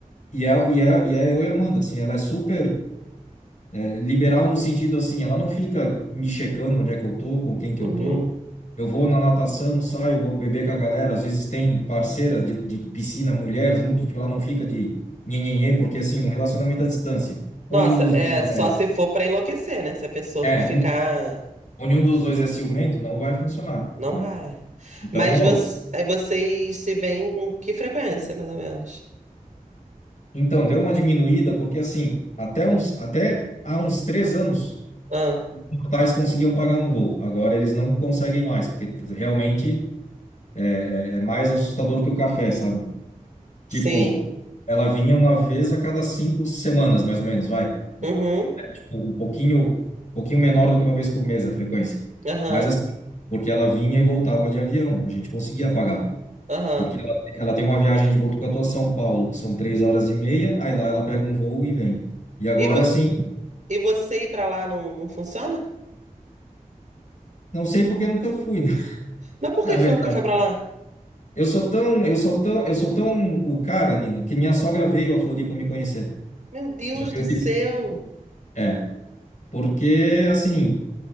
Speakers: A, on the left; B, on the right.
A: e, é, e, é, e é eu e a Amanda, assim, ela é super É, liberal no sentido assim, ela não fica me checando onde é que eu tô, com quem que
B: Uhum.
A: eu tô. Eu vou na natação, saio, vou beber com a galera. Às vezes tem parceiras de, de piscina, mulher junto, tipo, ela não fica de nhenhenhê, porque assim, um relacionamento à distância, onde
B: Nossa,
A: um dos
B: é
A: dois
B: só
A: é,
B: se for pra enlouquecer, né? Se a pessoa
A: é
B: for ficar.
A: um, onde um dos dois é ciumento, não vai funcionar,
B: Não
A: né?
B: vai.
A: Então
B: Mas
A: rola.
B: você, aí vocês se veem com que frequência, mais ou menos?
A: Então, deu uma diminuída, porque assim, até uns, até há uns três anos,
B: Ah,
A: os portais conseguiam pagar um voo. Agora eles não conseguem mais, porque realmente É mais assustador que o café, sabe?
B: sim.
A: Tipo, ela vinha uma vez a cada cinco semanas, mais ou menos, vai.
B: Uhum,
A: Tipo, um pouquinho, um pouquinho menor do que uma vez por mês a frequência.
B: aham,
A: Mas assim, porque ela vinha e voltava de avião, a gente conseguia pagar.
B: aham.
A: Porque ela, ela tem uma viagem de Botucatu a São Paulo, que são três horas e meia, aí lá ela pega um voo e vem. E agora,
B: E, vo
A: assim,
B: e você ir pra lá não, não funciona?
A: não sei porque nunca fui, né? <laughs>
B: Mas por
A: Na
B: que
A: verdade.
B: que você nunca foi pra lá?
A: Eu sou tão, eu sou tão, eu sou tão o cara, Nina, que minha sogra veio a Floripa me conhecer.
B: Meu Deus
A: Já viu
B: do céu.
A: disso? É, Porque, assim,